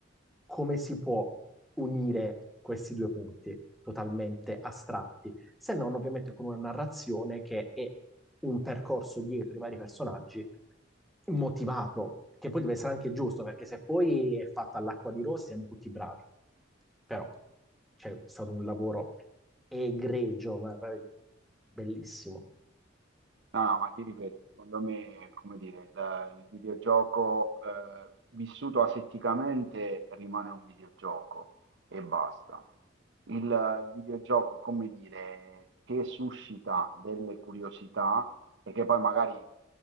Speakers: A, in the centre; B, on the right.
A: Come si può unire questi due punti totalmente astratti? Se non, ovviamente, con una narrazione che è un percorso dietro i vari personaggi motivato, che poi deve essere anche giusto, perché se poi è fatta all'acqua di rose siamo tutti bravi. Però c'è stato un lavoro egregio, ma bellissimo.
B: No, no, ma ti ripeto, secondo me, come dire, il, il videogioco eh, vissuto asetticamente rimane un videogioco e basta. Il, il videogioco, come dire, che suscita delle curiosità e che poi magari